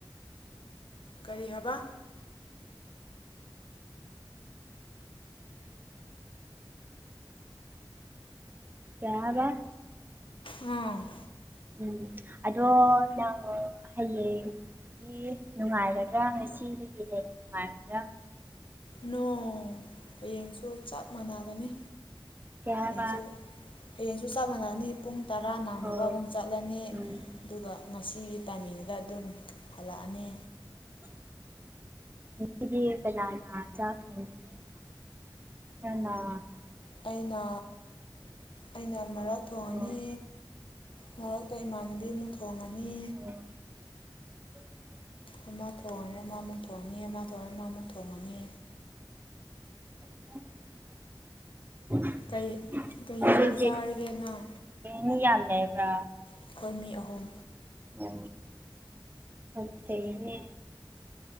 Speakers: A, on the left; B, on the right.
A: ꯀꯔꯤ ꯍꯥꯏꯕ
B: ꯀꯩꯍꯥꯏꯕ
A: ꯎꯝ
B: ꯎꯝ ꯑꯗꯣ ꯅꯊ ꯍꯌꯦꯡ ꯍꯥꯏꯗꯤ ꯅꯨꯡꯉꯥꯏꯒꯗ꯭ꯔꯥ ꯉꯁꯤꯗꯒꯤ ꯍꯦꯟꯅ ꯅꯨꯡꯉꯥꯏꯒꯗ꯭ꯔꯥ
A: ꯅꯣ ꯍꯌꯦꯡꯁꯨ ꯆꯞ ꯃꯥꯟꯅꯕꯅꯦ
B: ꯀꯩ ꯍꯥꯏꯕ
A: ꯍꯌꯦꯡꯁꯨ ꯍꯌꯦꯡꯁꯨ ꯆꯞ ꯃꯥꯟꯅꯅꯤ ꯄꯨꯡ ꯇꯔꯥ ꯅꯪꯡꯅꯕ
B: ꯑꯣ
A: ꯑꯃꯨꯛ ꯆꯠꯂꯅꯤ
B: ꯎꯝ
A: ꯑꯗꯨꯒ ꯉꯁꯤꯒꯤ ꯇꯥꯏꯃꯤꯡꯗꯡꯗ ꯑꯗꯨꯝ ꯍꯜꯂꯛꯑꯅꯤ
B: <unintelligible> ꯍꯦꯟꯅꫭ
A: ꯑꯩꯅ ꯑꯩꯅ ꯃꯔꯛ ꯊꯣꯡꯉꯅꯤ
B: ꯑꯣ
A: ꯃꯔꯛꯇ ꯏꯃꯥꯟꯅꯕꯤ ꯑꯃꯨꯛ ꯊꯣꯡꯉꯅꯤ
B: ꯑ <unintelligible>
A: ꯑꯃ ꯊꯣꯡꯉꯅꯤ ꯑꯃꯃꯨꯛ ꯊꯣꯡꯉꯅꯤ ꯑꯃ ꯊꯣꯡꯉꯅꯤ ꯃꯥꯃꯨꯛ ꯊꯣꯡꯉꯅꯤ
B: <unintelligible>
A: ꯀꯩ ꯀꯩ ꯌꯦꯟꯁꯥꯡ
B: ꯑꯗꯒꯤ
A: ꯆꯥꯔꯒꯦ ꯅꯪ
B: ꯃꯤ ꯌꯥꯝ ꯂꯩꯕ꯭ꯔꯥ
A: ꯑꯩꯈꯣꯏ ꯃꯤ ꯑꯍꯨꯝ
B: ꯑꯣ ꯌꯥꯝ ꯐꯩꯌꯦꯅꯦ